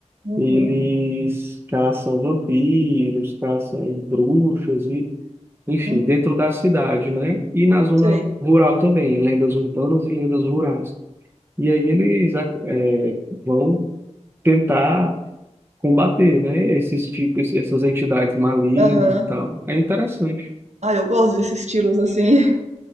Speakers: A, on the right; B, on the right.
A: uhum.
B: Eles caçam vampiros, caçam bruxas, e, enfim,
A: Hum,
B: dentro da cidade, né? E na zona
A: Sei.
B: rural também, lendas urbanas e lendas rurais. E aí eles ac- é, vão tentar combater, né, esses tipos, essas entidades malignas
A: Aham.
B: e tal. É interessante.
A: Ah, eu gosto desses estilos assim. <laughs>